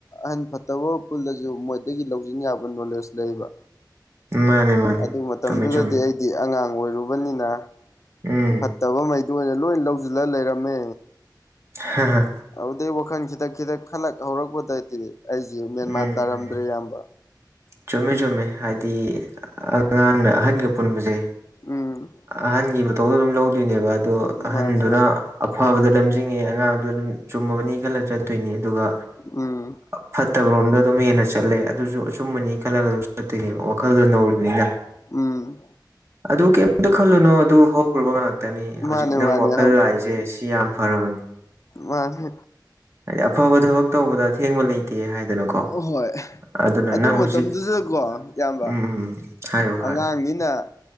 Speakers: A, on the left; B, on the right.
A: ꯑꯍꯟ ꯐꯠꯇꯕ ꯄꯨꯜꯂꯁꯨ ꯃꯣꯏꯗꯒꯤ ꯂꯧꯁꯤꯟ ꯌꯥꯕ ꯅꯣꯂꯦꯖ ꯂꯩꯕ
B: ꯃꯥꯅꯦ ꯃꯥꯅꯦ
A: ꯑꯗꯨ ꯃꯇꯝꯗꯨꯗꯗꯤ
B: ꯆꯨꯝꯃꯤ ꯆꯨꯝꯃꯤ
A: ꯑꯩꯗꯤ ꯑꯉꯥꯡ ꯑꯣꯏꯔꯨꯕꯅꯤꯅ
B: ꯎꯝ
A: ꯐꯠꯇꯕ ꯃꯩ ꯃꯣꯏꯅꯥ ꯂꯣꯏ ꯂꯧꯁꯤꯜꯂ ꯂꯩꯔꯝꯃꯦ꯫
B: ꯍꯥ ꯍꯥ
A: ꯑꯗꯨꯗꯩ ꯋꯥꯈꯜ ꯈꯤꯇꯛ ꯈꯤꯇꯛ ꯈꯜꯂꯛ ꯍꯧꯔꯛꯄꯗꯗꯤ ꯑꯩꯁꯦ ꯃꯦꯟꯃꯥꯟ
B: ꯎꯝ
A: ꯇꯥꯔꯝꯗ꯭ꯔꯦ ꯏꯌꯥꯝꯕ꯫
B: ꯆꯨꯝꯃꯦ ꯆꯨꯝꯃꯦ ꯍꯥꯏꯗꯤ ꯑꯉꯥꯡꯅ ꯑꯍꯟꯒ ꯄꯨꯟꯕꯁꯦ
A: ꯎꯝ꯫
B: ꯑꯍꯟꯒꯤ ꯃꯇꯧꯗꯣ ꯑꯗꯨꯝ ꯂꯧꯗꯣꯏꯅꯦꯕ ꯑꯗꯣ ꯑꯍꯟꯗꯨꯅ
A: ꯃꯥꯅꯤ ꯃꯥꯅꯤ
B: ꯑꯐꯕꯗ ꯂꯝꯖꯤꯡꯉꯦ ꯑꯉꯥꯡꯗꯣ ꯑꯗꯨꯝ ꯆꯨꯝꯃꯕꯅꯤ ꯈꯜꯂ ꯆꯠꯇꯣꯏꯅꯤ ꯑꯗꯨꯒ
A: ꯎꯝ
B: ꯐꯠꯇꯕꯔꯣꯝꯗꯣ ꯑꯗꯨꯝ ꯍꯦꯟꯅ ꯆꯠꯂꯦ ꯑꯗꯨꯁꯨ ꯑꯆꯨꯝꯕꯅꯤ ꯈꯜꯂꯒ ꯑꯗꯨꯝ ꯆꯠꯇꯣꯏꯅꯦꯕ ꯋꯥꯈꯜꯗꯣ ꯅꯧꯔꯤꯕꯅꯤꯅ꯫
A: ꯎꯝ
B: ꯑꯗꯨ ꯀꯩꯝꯇ ꯈꯜꯂꯨꯅꯣ ꯑꯗꯨ ꯍꯧꯈ꯭ꯔꯕ ꯉꯥꯛꯇ ꯇꯅꯤ
A: ꯃꯥꯅꯦ
B: ꯍꯧꯖꯤꯛꯇꯤ ꯅꯪ
A: ꯃꯥꯅꯦ
B: ꯋꯥꯈꯜ ꯂꯥꯛꯏꯁꯦ ꯁꯤ ꯌꯥꯝ ꯐꯔꯕꯅꯤ꯫
A: ꯃꯥꯅꯤ
B: ꯍꯥꯏꯗꯤ ꯑꯐꯕ ꯊꯕꯛ ꯇꯧꯕꯗ ꯑꯊꯦꯡꯕ ꯂꯩꯇꯦ ꯍꯥꯏꯗꯅꯀꯣ
A: ꯍꯣꯏ
B: ꯑꯗꯨꯅ
A: ꯑꯗꯨ
B: ꯅꯪ
A: ꯃꯇꯝꯗꯨꯗꯀꯣ
B: ꯍꯧꯖꯤꯛ
A: ꯏꯌꯥꯝꯕ
B: ꯎꯝ ꯎꯝ ꯍꯥꯏꯔꯣ ꯍꯥꯏꯔꯣ
A: ꯑꯉꯥꯡꯅꯤꯅ